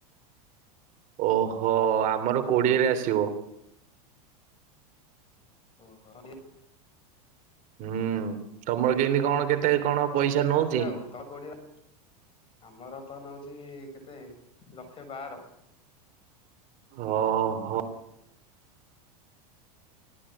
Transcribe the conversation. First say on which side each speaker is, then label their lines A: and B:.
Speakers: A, on the right; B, on the left.
A: ଓହୋ ଆମର କୋଡିଏରେ ଆସିବ।
B: ଓହୋ <unintelligible>
A: ହୁଁ ତମର କେମିତି କଣ କେତେ? କଣ ପଇସା
B: ଆସିବ
A: ନଉଛି?
B: ଅସିବ ଆଉ ତମ କୋଡ଼ିଏ ଆମର ତ ନଉଛି କେତେ ଲକ୍ଷେ ବାର।
A: ହଁ ହୋ।